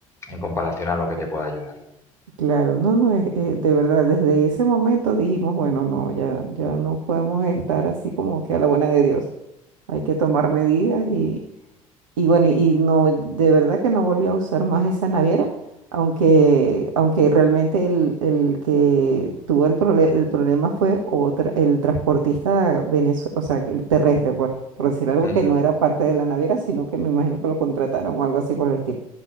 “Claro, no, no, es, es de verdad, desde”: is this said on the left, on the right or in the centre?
Right